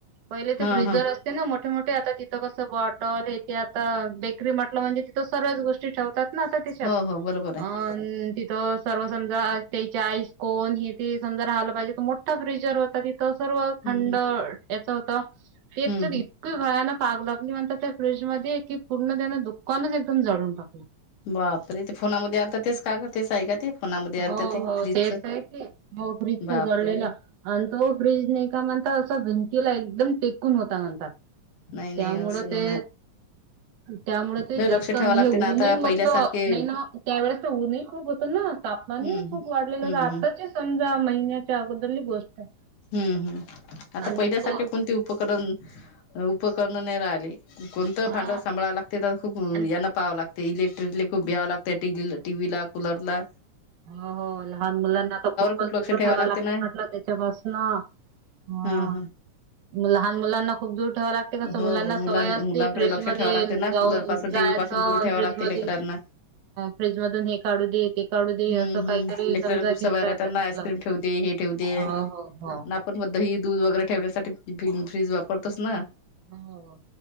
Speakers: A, on the right (about 80°); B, on the left (about 85°).
A: पहिले ते
B: हा
A: फ्रीजर
B: हा
A: ना मोठे मोठे आता तिथ कस बॉटल इथे आता बेकरी म्हटल म्हणजे तिथ सर्व्याच गोष्टी ठेवतात ना आता त्याच्यात.
B: हो हो बरोबर आहे.
A: अ तिथ सर्व समजा त्याची आईसकोन हे ते समजा राहाला पाहिजे. तर मोठा फ्रीजर होता तिथ सर्व
B: हम्म
A: थंड याच होत तेच
B: हम्म हम्म
A: दिप इतकी भयानक आग लागली म्हण त्या फ्रीजमध्ये, की पूर्ण त्याने दुकानच एकदम जळून टाकल.
B: बापरे ते फोनामध्ये आलत ते तेच का ग. तेच आहे का ते. फोनामध्ये
A: हो
B: आलत ते
A: हो
B: फ्रीजच.
A: तेच आहे की हो फ्रिजच
B: बापरे
A: जळलेल आणि तो फ्रीज नाही का म्हणता अस भिंतीला एकदम टेकून होता म्हणतात.
B: नाही
A: त्यामुळ
B: नाही असं
A: ते
B: होणार.
A: त्यामुळ ते
B: लय
A: जास्त
B: लक्ष ठेवावं
A: नाही
B: लागते ना आता
A: ऊनही म्हटलं
B: पहिल्यासारखे
A: नाही ना त्या वेळेस तर ऊनही खूप होत ना. तापमान
B: हम्म हम्म
A: खूप वाढलेल
B: हम्म
A: होत. आत्ताची
B: हम्म
A: समजा महिन्याच्या अगोदलली गोष्ट आहे.
B: हम्म हम्म आता
A: आणि
B: पहिल्यासारखे
A: इतकं
B: कोणती उपकरण उपकरण नाही राहिले. कोणत
A: हा
B: भांड सांभाळायला ते तर खूप
A: आणि
B: यांना प पाव लागते. इलेक्ट्रिकला खूप भ्याव लागत. टी टी व्हीला, कुलरला
A: हो हो लहान मुलांना तर खूपच
B: खूप लक्ष
A: दूर
B: ठेवावं
A: ठेवा लागते
B: ना
A: म्हटल त्याच्यापासन. हा
B: ह ह
A: लहान मुलांना खूप दूर ठेवा लागते. कस
B: हो
A: मुलांना
B: मुलां
A: सवय असते
B: मुलांकडे
A: फ्रीज
B: लक्ष
A: मध्ये
B: ठेवावं लागते ना
A: जाऊन
B: कूलर पासून
A: जा
B: टीव्ही पासून दूर
A: ऑन
B: ठेवावं
A: फ्रीज
B: लागते
A: मध्ये
B: लेकरांना
A: फ्रिजमधून हे काढू देे. ते काढु दे.
B: हम्म
A: अस
B: हम्म
A: काहीतरी
B: लेकराला
A: समजा
B: खूप
A: घेत
B: सवय
A: राहायच
B: राहतात
A: असल,
B: ना आईस्क्रीम
A: हो
B: ठेवू दे हे ठेवू दे आणि
A: हो हो
B: आपण मग दही, दूध वगैरे ठेवण्यासाठी फ्रीज वापरतोच ना.
A: हो.